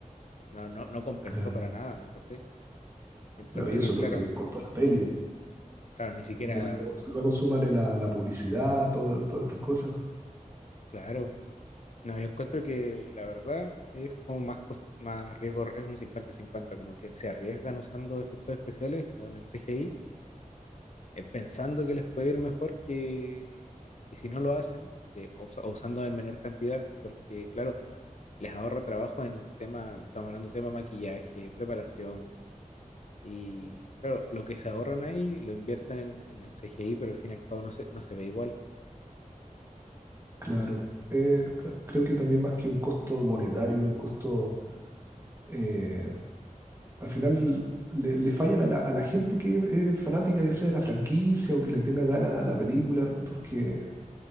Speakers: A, on the left; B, on the right.
A: no, no, no compensó
B: Claro.
A: para nada, ¿cachai? Yo encuentro
B: Claro, y eso
A: que,
B: es
A: claro,
B: lo que costó la sí, peli.
A: claro, ni siquiera,
B: De- luego súmale la, la publicidad, todo- todas estas cosas.
A: claro, no, yo encuentro que la verdad es como más, cos- más riesgo, es un cincuenta cincuenta como que se arriesgan usando efectos especiales con el CGI, eh, pensando que les puede ir mejor que que si no lo hacen, que usa- o usando en menor cantidad, porque claro, les ahorra trabajo en tema, estamos hablando de tema maquillaje, preparación, y claro, lo que se ahorran ahí lo invierten en, en el CGI, pero al fin y al cabo no se, no se ve igual.
B: Claro. Eh, cre- creo que también más que un costo monetario, un costo, eh, al final le, le fallan a la, a la gente que es fanática ya sea de la franquicia o que le tenga ganas a la película, porque